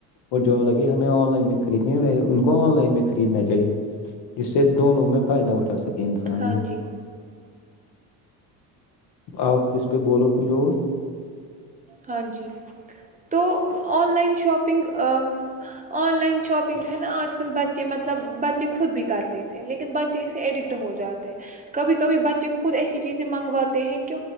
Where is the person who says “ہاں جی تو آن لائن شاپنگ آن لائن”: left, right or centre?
Right